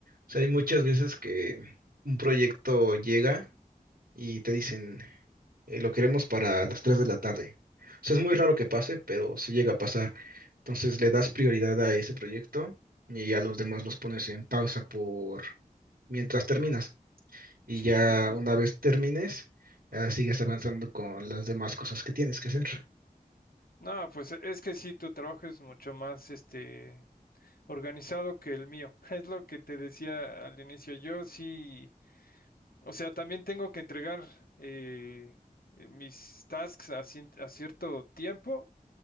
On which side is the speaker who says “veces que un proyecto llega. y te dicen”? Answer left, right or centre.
Right